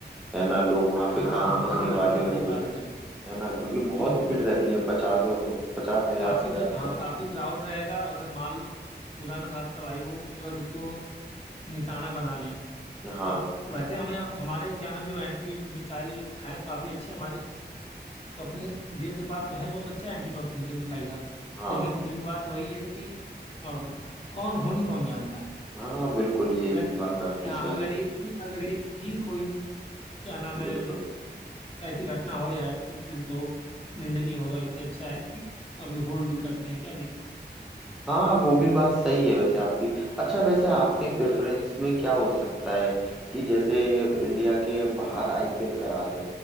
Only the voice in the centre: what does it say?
है ना लोग वहां
पे काम करने
वाले
हो
गए
है ना क्योंकि बहुत
भीड़ रहती है पचास पचास हजार
से
आकर
हाँ
हाँ
हाँ बिल्कुल ये
भी
बात आपकी
सही
है
बिल्कुल
हाँ वो भी बात सही है वैसे आपकी अच्छा वैसे आपके प्रेफरेंस में क्या हो सकता है कि जैसे इंडिया के बाहर आईपीएल करा दे